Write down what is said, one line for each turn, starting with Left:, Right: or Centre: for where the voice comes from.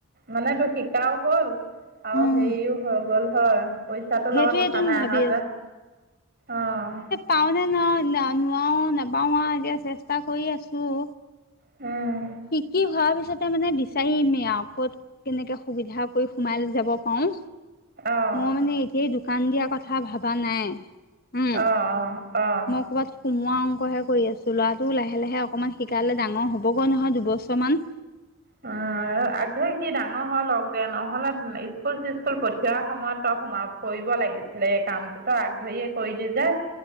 Right: মানে তো শিকাও হ'ল, আৰু
Left: উম,
Right: হেৰিও হৈ গ'ল হয়। পইচাটোৰ লগত
Left: সেইটোৱেটোন
Right: কথা নাই,
Left: ভাবি
Right: অহা যোৱা, অ'।
Left: পাও নে নুৱও, নুৱাও নাপাও আৰু এতিয়া চেষ্টা কৰি আছোঁ।
Right: উম।
Left: শিকি হোৱাৰ পিছতে মানে বিচাৰিমেই আৰু ক'ত কেনেকে সুবিধা কৰি সোমাই যাব পাৰোঁ।
Right: অ',
Left: মই মানে এতিয়াই দোকান দিয়া কথা ভাবা নাই। উম,
Right: অ', অ', অ'।
Left: মই ক'ৰবাত সোমোৱা অংকহে কৰি আছোঁ, ল'ৰাটো লাহে-লাহে অকণমান শিকালে ডাঙৰ হ'বগৈ দুবছৰমান।
Right: উম, আগধৰি সি ডাঙৰ হৈ লগ দে, নহ'লে স্কুল চি্কুল পঠিওৱাৰ সময়ত তই সোমাব কৰিব লাগিছিলে এই কামটোতো, তই আগ ধৰিয়ে কৰিলি যে।